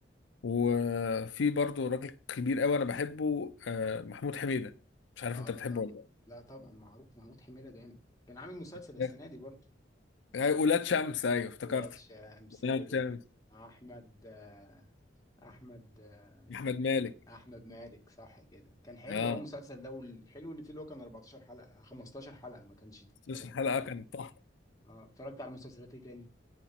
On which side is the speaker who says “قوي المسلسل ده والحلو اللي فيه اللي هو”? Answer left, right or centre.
Left